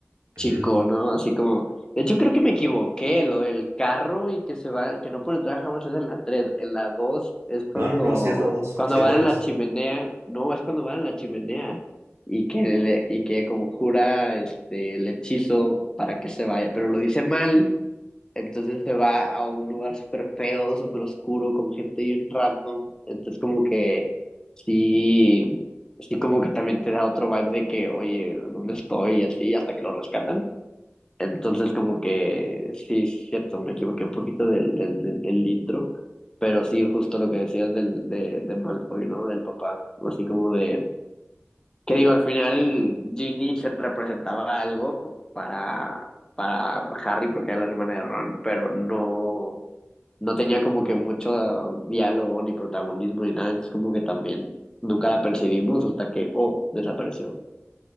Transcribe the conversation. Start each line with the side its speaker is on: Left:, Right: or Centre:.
Left: chico,
Right: Ujú.
Left: ¿no? Así como, de hecho creo que me equivoqué, lo del carro y que se va, que no pueden entrar a Hogwarts es en la 3, en la 2 es cuando,
Right: No, no, no, sí es la dos
Left: cuando
Right: sí es
Left: van
Right: la dos
Left: en la chimenea, no, es cuando van en la chimenea y que le, y que conjura este el hechizo para que se vaya, pero lo dice mal, entonces se va a un lugar súper feo, súper oscuro, con gente bien random, entonces como que sí, sí como que también te da otro vibe de que, oye, ¿dónde estoy? y así, hasta que lo rescatan. Entonces, como que sí, es cierto, me equivoqué un poquito del, del, del, del intro, pero sí, justo lo que decías del, de, de Malfoy, ¿no? Del papá, así como de, que digo, al final Ginny se representaba algo para, para Harry porque era la hermana de Ron, pero no, no tenía como que mucho diálogo ni protagonismo ni nada, entonces como que también nunca la percibimos hasta que, oh, desapareció.